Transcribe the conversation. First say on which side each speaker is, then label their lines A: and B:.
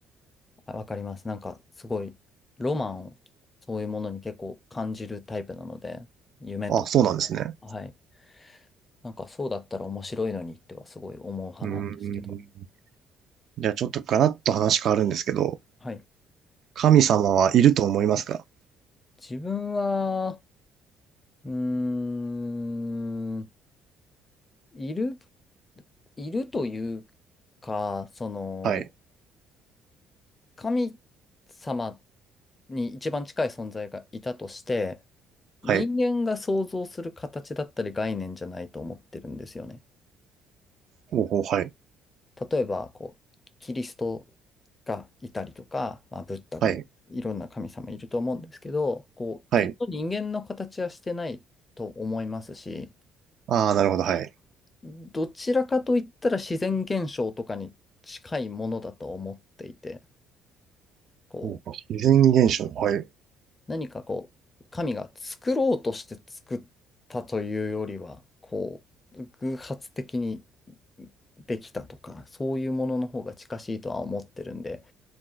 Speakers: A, on the left; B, on the right.
A: あわかります。なんか、すごい、ロマンを、そういうものに結構感じるタイプなので、夢と。
B: あ、そうなんですね。
A: はい。なんか、そうだったら面白いのにってはすごい思う派なんですけど。
B: うーん。じゃあちょっとガラッと話変わるんですけど、
A: はい。
B: 神様はいると思いますか
A: 自分は、うーん、いる、いるというか、その、
B: はい。
A: 神様に一番近い存在がいたとして、人間が想像する形だったり概念じゃないと思ってるんですよね。
B: はい。ほうほう、はい。
A: 例えば、こう、キリストがいたりとか、まあ、ブッダがい、
B: はい。
A: いろんな神様いると思うんですけど、こう、
B: はい。
A: きっと人間の形はしてないと思いますし、
B: ああ、なるほど、はい。
A: どちらかといったら自然現象とかに近いものだと思っていて、こう、
B: ほうほう自然現象、はい。
A: 何かこう、神が作ろうとして作ったというよりは、こう、偶発的にできたとか、そういうものの方が近しいとは思ってるんで、